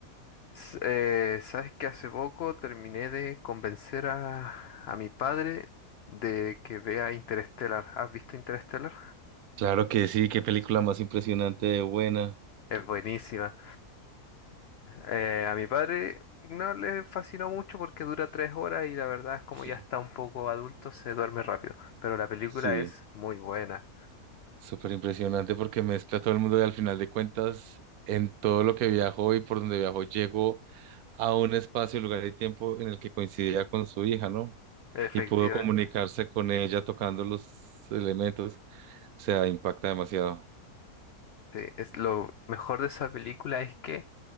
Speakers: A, on the left (about 75°); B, on the right (about 75°).
A: s- eh, sabes que hace poco terminé de convencer a, a mi padre de que vea Interestelar. ¿Has visto Interestelar?
B: Claro que sí, qué película más impresionante de buena.
A: Es buenísima. Eh, a mi padre no le fascinó mucho porque dura tres horas y la verdad es como
B: Sí,
A: ya está un poco adulto, se duerme rápido. Pero la película
B: sí,
A: es muy buena,
B: súper impresionante porque mezcla todo el mundo y al final de cuentas, en todo lo que viajó y por donde viajó, llegó a un espacio, lugar y tiempo en el que coincidía con su hija, ¿no?
A: efectivamente.
B: Y pudo comunicarse con ella tocando los elementos. sea, impacta demasiado.
A: Sí, es lo mejor de esa película es que